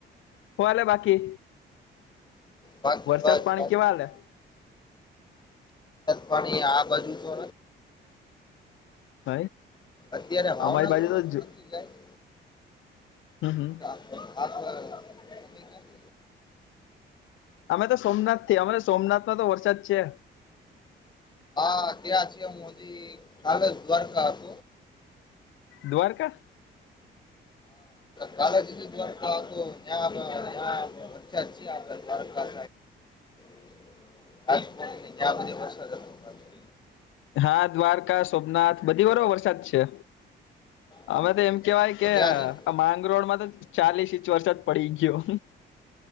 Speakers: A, on the left; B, on the left.
A: ફલે બાકી
B: બાકી
A: વર્ષત
B: બસ
A: પાણી
B: શાંતિ
A: કેવા
B: છે
A: હાલે.
B: પણણી આ બાજુ તો.
A: હ
B: અત્યારે ભાવનગરમાં
A: અમારી બાજુ તો
B: નથી કાંઈ
A: હમ હમ.
B: <unintelligible>
A: અમે તો સોમનાથ થી અમારે સોમનાથમાં તો વરસાદ છે.
B: હા તે આ છે એ મોદી કલેજ દ્વારકા હત
A: દ્વારકા.
B: કાલેજી દ્વાર તો્યા્યા વચા આ દ્વારકા
A: <inaudible>
B: <unintelligible>
A: હા દ્વારકા સોમનાથ બધી બરો વરસાદ છે
B: હા
A: અમે તો એમ કેવાય કે
B: ત્યાં જ હતો.
A: માંગરોળ માં તો ચાલીસ ઇંચ વરસાદ પડી ગયો.